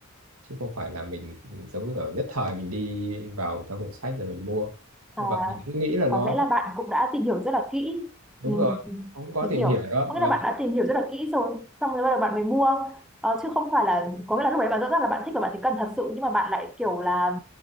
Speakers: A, on the right (about 75°); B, in the centre.
A: chứ không phải là mình, mình giống như kiểu nhất thời mình đi vào trong hiệu sách rồi mình mua
B: à,
A: và mình cứ nghĩ là nó
B: có nghĩa là bạn cũng đã tìm hiểu rất là kỹ
A: đúng
B: ừ,
A: rồi cũng có
B: mình
A: tìm
B: hiểu
A: hiểu đó
B: có nghĩa
A: và
B: là bạn đã tìm hiểu rất là kỹ rồi xong rồi bắt đầu bạn mới mua ờ, chứ không phải là có nghĩa là lúc đấy bạn rõ ràng là bạn thích và bạn thấy cần thật sự nhưng mà bạn lại kiểu là